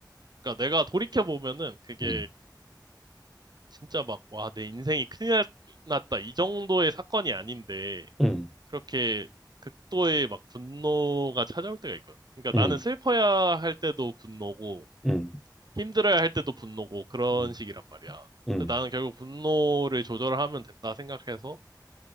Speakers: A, on the right; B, in the centre.
A: 그러니까 내가 돌이켜보면은 그게
B: 음,
A: 진짜 막, 와, 내 인생이 큰일 날- 났다. 이 정도의 사건이 아닌데,
B: 음,
A: 그렇게 극도의 막 분노가 찾아올 때가 있거든. 그러니까
B: 음,
A: 나는 슬퍼야 할 때도 분노고,
B: 음,
A: 힘들어야 할 때도 분노고 그런
B: 음,
A: 식이란 말이야.
B: 음,
A: 그래서 나는 결국 분노를 조절하면 된다 생각해서